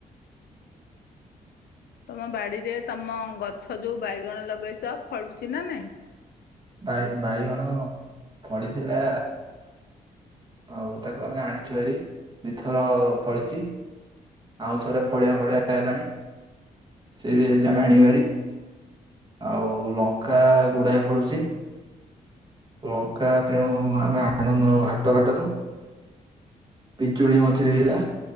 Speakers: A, on the left; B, on the right.
A: ତମ ବାଡିରେ ତମ ଗଛ ଯୋଉ ବାଇଗଣ ଲଗେଇଛ ଫଳୁଚି ନା ନାଇଁ?
B: ବାଇ ବାଇଗଣ ଫଳିଥିଲା। ଆଉ ତାକୁ ଆମେ ଆଣିଛୁ ଭାରି ଦିଥର ଗଲିଚି। ଆଉ ଥରେ ଫଡିଆ ଫଡିଆ ହେଲାଣି ସି ବି ହେଲେ ଆମେ ଆଣିବୁ ଭାରି। ଆଉ ଲଙ୍କା ଗୁଡାଏ ଫଳିଚି। ବଙ୍କା ତେଣୁ ଆମେ ଆଣୁନ ହାଟ ଘାଟରୁ। ପିଜୁଳି ମଝିରେ ହେଲା,